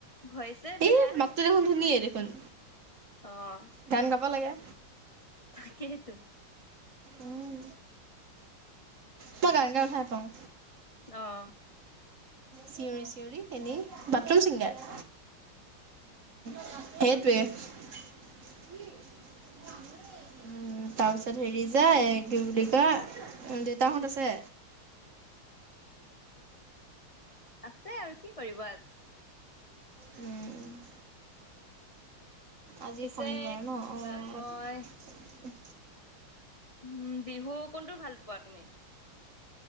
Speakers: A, on the left (about 55°); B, on the right (about 45°).
A: ভইচে
B: এই
A: বেয়া
B: মাতটো দেখোন ধুনীয়াই দেখো পল
A: অহ
B: গান গাব লাগে।
A: তাকে, টো
B: উম। মই গান গাই ভাল পাওঁ।
A: আহ।
B: চিঞৰি চিঞৰি, এনেই। Bathroom singer. অ। সেইটোৱে। উম, তাৰপিছত হেৰি যায় কি বুলি কয়, দেউতাহঁত আছে?
A: আছে আৰু। কি কৰিব আ
B: উম। আজি
A: পিছে
B: শনিবাৰ ন।
A: কিবা
B: অ
A: কয়
B: এ
A: উম বিহু কোনটো ভাল পোৱা তুমি?